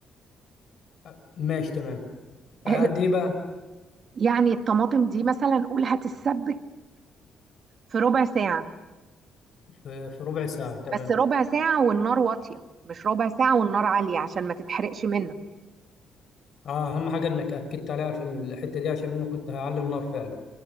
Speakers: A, on the left (about 65°); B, on the right (about 50°).
A: آه، ماشي تمام
B: <laughs>
A: آه، قد ايه بقى
B: يعني الطماطم دي مثلا قول هتتسبك في ربع ساعه
A: في في ربع ساعه تمام
B: بس ربع ساعه والنار واطيه مش ربع ساعه والنار عاليه عشان ما تتحرقش منك
A: اه اهم حاجه انك اكدت عليها في الحته دي عشان انا كنت هعلي النار فعلا